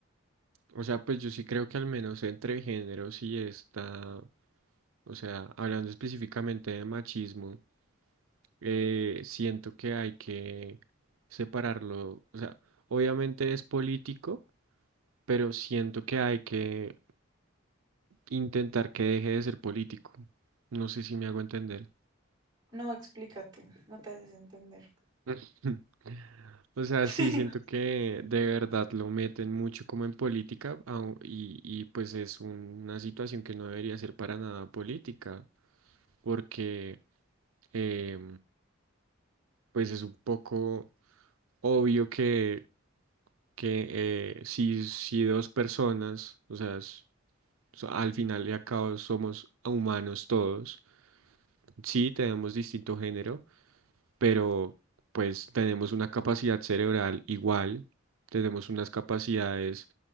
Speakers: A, on the right; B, on the right.
A: O sea, pues yo sí creo que al menos entre géneros sí está, o sea, hablando específicamente de machismo, eh, siento que hay que separarlo. O sea, obviamente es político, pero siento que hay que intentar que deje de ser político. No sé si me hago entender.
B: No, explícate, no te haces entender.
A: <laughs> O sea,
B: <laughs>
A: sí, siento que de verdad lo meten mucho como en política au- y, y pues es una situación que no debería ser para nada política. porque eh, pues es un poco obvio que, que eh, si, si dos personas, o sea, s- so- al final y al cabo somos humanos todos, sí tenemos distinto género, pero pues tenemos una capacidad cerebral igual, tenemos unas capacidades